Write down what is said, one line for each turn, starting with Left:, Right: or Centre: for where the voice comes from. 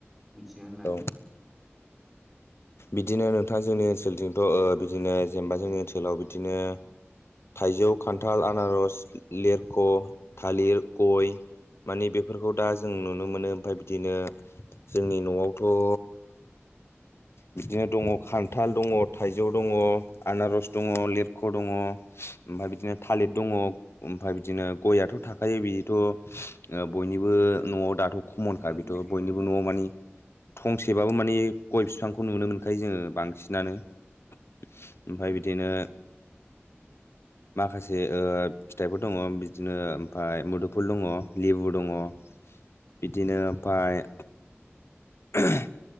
Centre: मिथिना लानि
Left: औ बिदिनो नोंथां जोंनि ओनसोलजोंथ' ओ बिदिनो जेनेबा जोंनि ओनसोलाव बिदिनो थाइजौ खान्थाल आनारस लिरख' थालिर गय मानि बेफोरखौ दा
Centre: औ
Left: जों नुनो मोनो ओमफय बिदिनो जोंनि न'आवथ' ओ बिदिनो दङ खान्थाल दङ थाइजौ दङ आनारस दङ लिरख' दङ ओमफ्राय बिदिनो थालिर
Centre: औ
Left: दङ ओमफ्राय बिदिनो गयआथ'
Centre: उम
Left: थाखायो बिथ' बयनिबो न'आव दाथ' खमनखा
Centre: न'आव
Left: बेथ'
Centre: थायो
Left: बयनिबो न'आव मानि थंसेबाबो माने गय फिफां खौ नुनो मोनखायो जोङो बांसिनानो ओमफ्राय
Centre: औ
Left: बिदिनो <inaudible> माखासे ओ फिथाइफोर दङ बिदिनो ओमफ्राय मुदुफुल दङ लेबु दङ बिदिनो
Centre: औ
Left: ओमफाय <unintelligible>